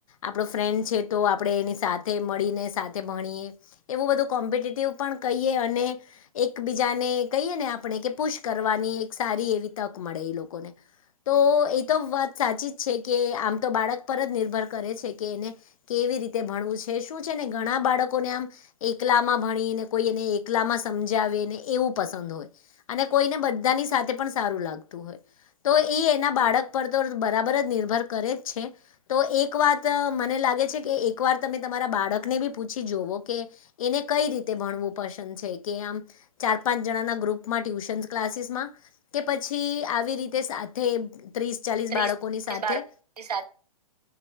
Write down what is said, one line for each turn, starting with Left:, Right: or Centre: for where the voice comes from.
Left: આપણો ફ્રેન્ડ છે, તો આપણે એની સા મળીને સાથે ભણીએ એવું બધું કોમ્પિટેટિવ પણ કહીએ અને એકબીજાને. કહીએ ને આપણે કે પુશ કરવાની એક સારી એવી તક મળે એ લોકોને. તો એ તો વાત સાચી જ છે કે આમ તો બાળક પર જ નિર્ભર કરે છે કે એને કે. વી રીતે ભણવું છે. છે શું છે ને ઘણા બાળકોને આમ એકલામાં ભણી ને કોઈ એને એકલામાં સમજાવે ને એવું. પસંદ હોય અને કોઈને બધાની સાથે પણ સારું લાગતું હોય. તો એ એના બાળક પર તો બરાબર જ નિર્ભર કરે જ છે તો એક વાત મને લાગે. લાગે છે કે એકવાર તમે‌. તમારા બાળકને બી પૂછી જોવો કે એને કઈ રીતે ભણવું પસંદ છે કે આમ ચાર. પાંચ જણાના ગ્રુપમાં ટ્યુશન ક્લાસીસ માં કે પછી આવી રીતે સાથે. ત્રીસ ચાલીસ
Right: ત્રીસ
Left: બાળકોની
Right: ત્રીસ
Left: સાથે
Right: બાળકોની સાથે